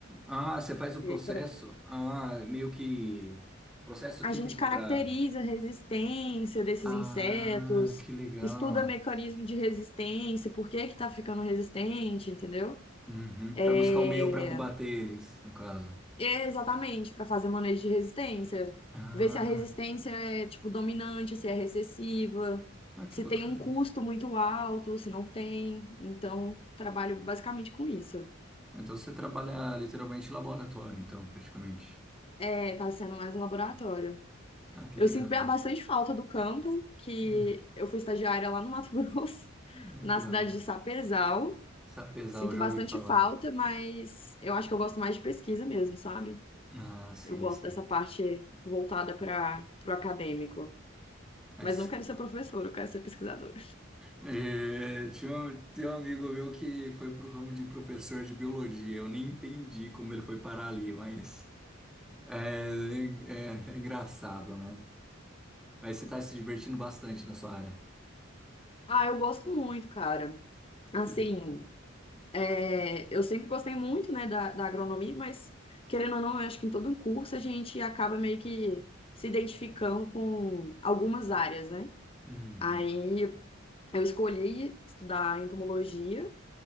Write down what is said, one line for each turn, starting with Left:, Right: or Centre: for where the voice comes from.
Centre: Ah, você faz o
Left: É,
Centre: processo.
Left: tra-
Centre: Ah, meio que processo
Left: A
Centre: químico
Left: gente caracteriza
Centre: para...
Left: a resistência desses
Centre: Ah,
Left: insetos,
Centre: que legal.
Left: estuda mecanismo de resistência, por que que tá ficando resistente, entendeu?
Centre: Uhum,
Left: É,
Centre: para buscar um meio para combater eles, no caso.
Left: É, exatamente, para fazer manejo de resistência.
Centre: Ah,
Left: Ver se a resistência é, tipo, dominante, se é recessiva,
Centre: ah,
Left: se
Centre: que bacana.
Left: tem um custo muito alto, se não tem. Então, trabalho basicamente com isso.
Centre: Então você trabalha literalmente em laboratório, então, praticamente.
Left: É, tá sendo mais um laboratório.
Centre: Ah, que
Left: Eu
Centre: legal.
Left: sinto bastante falta do campo, que
Centre: Hum,
Left: eu fui estagiária lá no Mato <laughs> Grosso,
Centre: ah,
Left: na
Centre: que da
Left: cidade
Centre: hora.
Left: de Sapezal.
Centre: Sapezal,
Left: Sinto
Centre: já
Left: bastante
Centre: ouvi falar.
Left: falta, mas eu acho que eu gosto mais de pesquisa mesmo, sabe?
Centre: Ah, sim,
Left: Eu gosto
Centre: sim.
Left: dessa parte voltada para o acadêmico.
Centre: Mas
Left: Mas não quero ser professora, eu quero ser pesquisadora.
Centre: é, tinha, um, tem um amigo meu que foi pro ramo de professor de biologia. Eu nem entendi como ele foi parar ali, mas é, é, é engraçado, né? Mas você tá se divertindo bastante na sua área.
Left: Ah, eu gosto muito, cara. Assim,
Centre: Que bom.
Left: é, eu sempre gostei muito, né, da, da agronomia, mas querendo ou não, eu acho que em todo um curso a gente acaba meio que se identificando com algumas áreas, né?
Centre: Uhum.
Left: Aí eu escolhi estudar entomologia